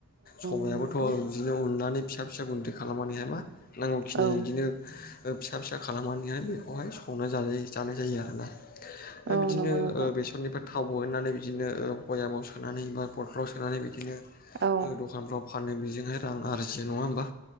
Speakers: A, on the left; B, on the right.
A: सबायाइाबोथ
B: नंगौ नोंथां
A: बिदिनो उननानै फिसा फिसा गुन्दै खालामनानैहाय मा नांगौखिनि
B: औ
A: बिदिनो फिसा फिसा खालामनानैहाय बेखौहाय संनो जानाय जायो आरोना
B: औ
A: बिदिनो
B: नंगौ नोंथां
A: बेसरनिफ्राय थाव बहोननानै बिदिनो बयामाव सोनानै बा पथलाव सोनानै बिदिनो
B: औ
A: दख थाव फानो बेजोंहाय रां आरजियो नङा होमबा